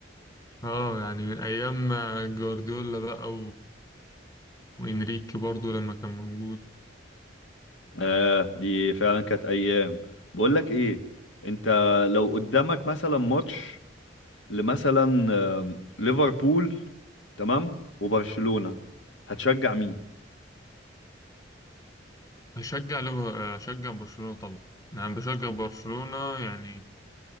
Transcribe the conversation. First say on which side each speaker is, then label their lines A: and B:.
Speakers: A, on the left; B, on the left.
A: اه يعني من ايام جوارديولا بقى وإنريكي برضو لما كان موجود
B: آه دي فعلا كانت ايام بقول لك ايه انت لو قدامك مثلا ماتش لمثلا آم، ليفربول تمام وبرشلونة هتشجع مين
A: هشجع ليفر- هشجع برشلونة طبعا أنا بشجع برشلونة يعني